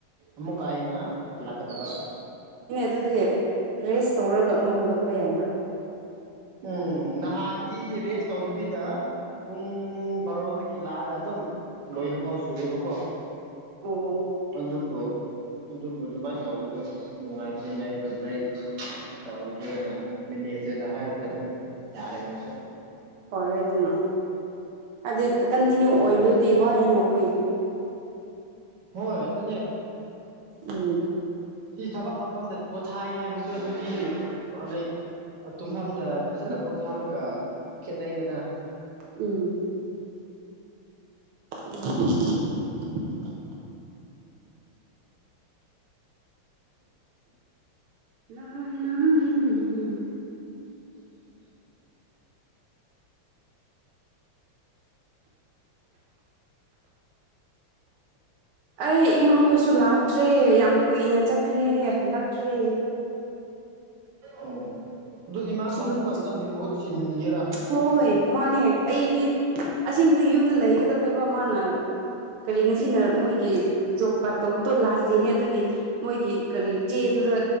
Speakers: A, on the right (about 55°); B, on the right (about 80°).
A: ꯑꯃꯨꯛꯀꯥꯏꯅ ꯍꯜꯂꯛꯀꯗꯕ
B: ꯗꯨꯗꯤ ꯔꯦꯁ ꯇꯧꯔꯒ ꯑꯃꯨꯛ ꯍꯜꯂꯛꯄ ꯌꯥꯏꯅ
A: ꯎꯝ ꯅꯍꯥꯟꯗꯤ ꯔꯦꯁ ꯇꯧꯗꯕꯤꯗ ꯄꯨꯡ ꯕꯥꯔꯣꯗꯒꯤ ꯂꯥꯛꯑꯒ ꯑꯗꯨꯝ ꯂꯣꯏꯕ ꯐꯥꯎ ꯁꯨꯑꯦꯕꯀꯣ
B: ꯑꯣ
A: ꯑꯗꯨꯕꯨ ꯑꯗꯨꯕꯨ ꯑꯗꯨꯃꯥꯏꯅ ꯇꯧꯕꯗꯨ ꯅꯨꯡꯉꯥꯏꯇꯦꯅ ꯑꯩꯗꯣ ꯕ꯭ꯔꯦꯛ <unintelligible> ꯇꯧꯔꯒꯦꯅ ꯍꯥꯏꯔꯒ ꯑꯗꯨꯝ ꯌꯥꯔꯦ ꯃꯣꯏꯁꯨ
B: ꯍꯔꯦ ꯑꯗꯨꯅ ꯍꯥꯏꯕꯗꯤ ꯀꯟꯇꯤꯅ꯭ꯌꯨ ꯑꯣꯏꯕꯗꯨꯗꯤ
A: ꯎꯝ
B: ꯋꯥꯏꯅ ꯍꯨꯏ
A: ꯍꯣꯏ ꯑꯗꯨꯅꯦ
B: ꯎꯝ
A: ꯁꯤ ꯊꯕꯛ ꯃꯐꯝꯗ ꯄꯣꯊꯥꯏ ꯍꯥꯏꯕꯁꯨ ꯑꯗꯨꯗꯤꯗꯩ ꯇꯨꯝꯐꯝꯗ ꯐꯖꯅ ꯄꯣꯊꯥꯕꯒ ꯈꯦꯠꯅꯩꯩꯅꯗ
B: ꯎꯝ ꯎꯝ ꯂꯥ ꯎ ꯑꯩ ꯏꯃꯥ ꯍꯣꯏꯁꯨ ꯂꯥꯛꯇ꯭ꯔꯦ ꯌꯥꯝ ꯀꯨꯏꯅ ꯆꯠꯈ꯭ꯔꯦ ꯍꯜꯂꯛꯇ꯭ꯔꯦ
A: ꯑꯣ ꯑꯗꯨ ꯏꯃꯥꯅ ꯑꯃꯨꯛꯀ
B: ꯌꯨꯝ
A: ꯅꯪ ꯃꯍꯨꯠ ꯁꯤꯟꯒꯦ
B: ꯍꯣꯏ ꯃꯥꯅꯦ ꯑꯩꯗꯤ ꯑꯁꯦꯡꯕꯗꯤ ꯌꯨꯝꯗ ꯂꯩꯒꯗꯕꯅꯦꯦꯕ ꯃꯥꯅ ꯀꯔꯤ ꯉ ꯁꯤꯅ ꯃꯣꯏꯒꯤ ꯖꯣꯕ ꯀꯥꯔꯠ ꯇꯧꯕ ꯑꯗꯨꯣ ꯂꯥꯁ ꯗꯦꯅꯦ ꯑꯗꯨꯒꯤ ꯃꯣꯏꯒꯤ ꯀꯔꯤ ꯆꯦꯗꯨꯗ